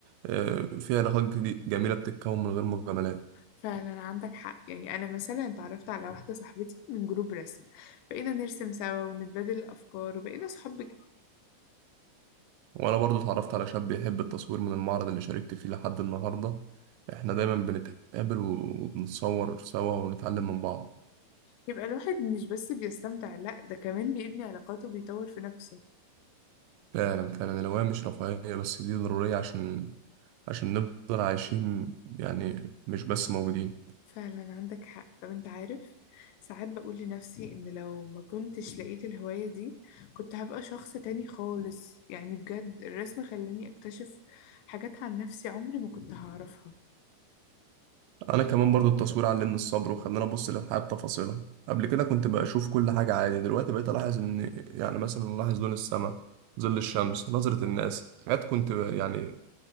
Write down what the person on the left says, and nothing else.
فعلا عندك حق يعني أنا مثلا اتعرفت على واحدة صاحبتي من جروب رسم بقينا نرسم سوا ونتبادل الأفكار وبقينا صحاب بجد
يبقى الواحد مش بس بيستمتع لأ ده كمان بيبني علاقاته وبيطور في نفسه
فعلا عندك حق طب انت عارف ساعات بقول لنفسي ان لو ما كنتش لقيت الهواية دي كنت هبقى شخص تاني خالص يعني بجد الرسم خلاني اكتشف حاجات عن نفسي عمري ما كنت هعرفها